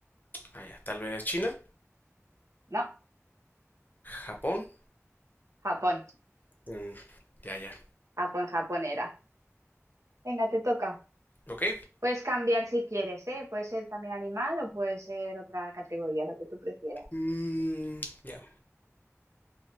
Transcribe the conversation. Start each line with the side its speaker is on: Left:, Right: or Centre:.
Left: ah, ya. Tal vez China.
Right: No,
Left: Japón.
Right: Japón,
Left: Mm, ya, ya.
Right: Japón, Japón era. Venga, te toca.
Left: Ok.
Right: Puedes cambiar si quieres, ¿eh? Puede ser también animal o puede ser otra categoría, lo que tú prefieras.
Left: Mm, ya.